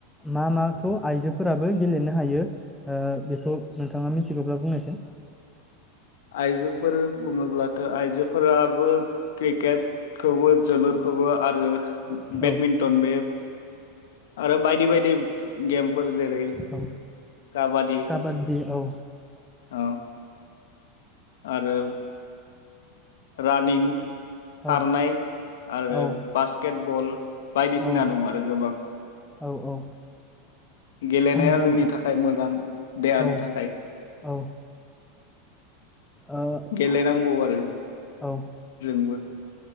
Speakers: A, in the centre; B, on the left.
A: मा माखौ आइजोफोर फोराबो गेलेनो हायो ओ बेखौ नोंथाङा मिथिगौब्ला बुंनायसाय।
B: आइजोफोर बुङोब्लाथ' आइजोफोराबो क्रिकेटखौबो जोलुरखौबो आरो बेडमिन्टन
A: औ
B: बे आरो बायदि बायदि। गेमफोर। जेरै
A: औ
B: काबादि
A: काबादि औ
B: औ आरो। रानिं खारनाय
A: औ
B: आरो
A: औ
B: बास्केटबल बायदिसिना
A: औ
B: दं आरो गोबां।
A: औ औ।
B: गेलेनाया
A: होमब्ला
B: जोंनि थाखाय मोजां
A: औ
B: देहानि
A: औ
B: थाखाय।
A: ओ औ
B: गेलेनांगौ आरो जो-जोंबो।
A: ओ